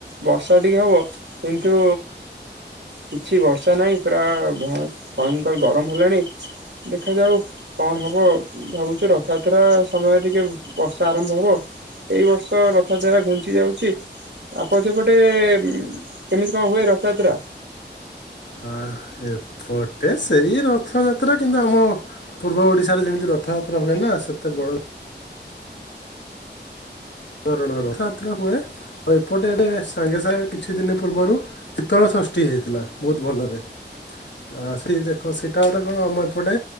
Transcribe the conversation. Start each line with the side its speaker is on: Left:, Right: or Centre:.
Right: ବର୍ଷା ଟିକେ ହବ। କିନ୍ତୁ କିଛି ବର୍ଷା ନାହିଁ। ପୁରା ଭ-ଭୟଙ୍କର ଗରମ ହେଲାଣି। ଦେଖାଯାଉ କଣ ହବ ଭାବୁଚୁ ରଥଯାତ୍ରା ସମୟରେ ଟିକେ ବର୍ଷା ଆରମ୍ଭ ହବ। ଏଇ ବର୍ଷ ରଥଯାତ୍ରା ଘୁଞ୍ଚି ଯାଉଚି। ଆପଣଙ୍କ ସେପଟେ ଉଁ, କେମିତି କଣ ହୁଏ ରଥଯାତ୍ରା?
Left: ହଁ ଏପଟେ ସେଇ ରଥଯାତ୍ରା। କିନ୍ତୁ ଆମ ପୂର୍ବ ଓଡିଶାରେ ଯେମିତି ରଥଯାତ୍ରା ହୁଏ ନା। ସେତେ ବଡ ଧରଣର ରଥଯାତ୍ରା ହୁଏ। ଆଉ ଏପଟେ ଏବେ ସାଙ୍ଗେ ସାଙ୍ଗେ କିଛି ଦିନ ପୂର୍ବରୁ ଶୀତଳ ଷଷ୍ଠୀ ହେଇଥିଲା ବହୁତ ଭଲରେ। ଆ ସେଇ ଦେଖ ସେଟା ଗୋଟେ କଣ ଆମ ଏପଟେ